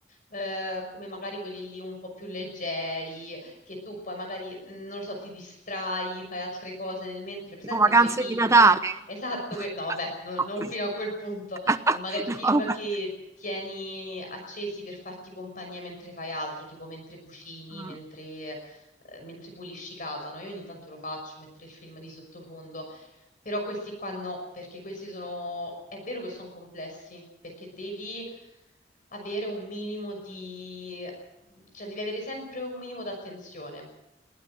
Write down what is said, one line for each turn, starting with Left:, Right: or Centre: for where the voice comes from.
Left: eh, come magari quelli lì un po' più leggeri, che tu poi magari, mm, non lo so, ti distrai, fai altre cose nel mentre. Presente
Right: tipo vacanze
Left: quei film,
Right: di Natale.
Left: <laughs> esatto,
Right: <laughs>
Left: que- no, vabbè, no-
Right: Ok.
Left: non fino a quel punto,
Right: <laughs>
Left: eh, magari film
Right: No, vabbè.
Left: che tieni accesi per farti compagnia mentre fai altro, tipo mentre cucini,
Right: Mm,
Left: mentre, eh, mentre pulisci casa, no? Io ogni tanto lo faccio, mettere il film di sottofondo però questi qua no, perché questi sono, è vero che sono complessi, perché devi avere un minimo di, cioè devi avere sempre un minimo d'attenzione.